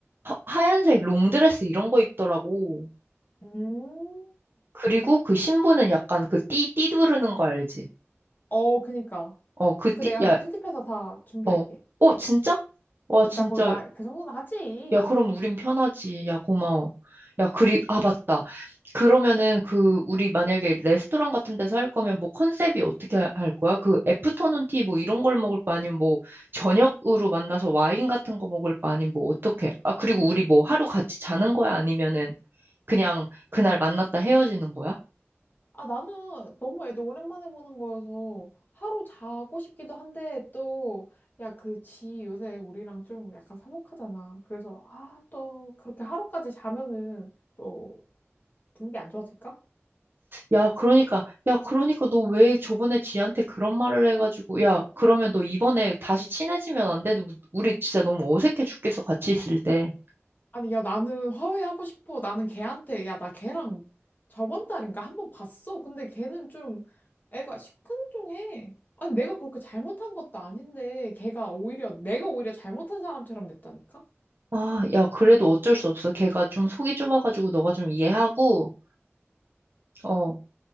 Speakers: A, on the right; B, on the left.
A: 하- 하얀색 롱드레스 이런 거 입더라고.
B: 음.
A: 그리고 그 신부는 약간 그 띠, 띠 두르는 거 알지?
B: 어, 그니까.
A: 어, 그 띠,
B: 그 내가
A: 야,
B: 그 편집해서 다 준비할게.
A: 어. 어, 진짜? 와,
B: 음,
A: 진짜
B: 나 그거 나, 그 정도는 하지.
A: 야, 그럼 우린 편하지. 야, 고마워. 야, 그리, 아, 맞다. 그러면은 그, 우리 만약에 레스토랑 같은 데서 할 거면 뭐 컨셉이 어떻게 하- 할 거야? 그 애프터눈 티 뭐 이런 걸 먹을 거 아니면 뭐 저녁으로 만나서 와인 같은 거 먹을 거 아니면 뭐 어떻게? 아, 그리고 우리 뭐 하루 같이 자는 거야? 아니면은 그냥 그날 만났다 헤어지는 거야?
B: 아, 나는 너무 애들 오랜만에 보는 거여서 하루 자고 싶기도 한데 또, 야, 그 지 요새 우리랑 좀 약간 서먹하잖아. 그래서, 아, 또 그렇게 하루까지 자면은 또 분위기 안 좋아질까?
A: 야, 그러니까, 야, 그러니까 너 왜 저번에 지한테 그런 말을 해가지고, 야, 그러면 너 이번에 다시 친해지면 안 돼? 너- 우리 진짜 너무 어색해 죽겠어, 같이 있을 때.
B: 아니, 야, 나는 화해하고 싶어. 나는 걔한테, 야, 나 걔랑 저번 달인가 한 번 봤어. 근데 걔는 좀 애가 시큰둥해. 아니, 내가 그렇게 잘못한 것도 아닌데, 걔가 오히려, 내가 오히려 잘못한 사람처럼 됐다니까?
A: 아, 야, 그래도 어쩔 수 없어. 걔가 좀 속이 좁아가지고 너가 좀 이해하고, 어,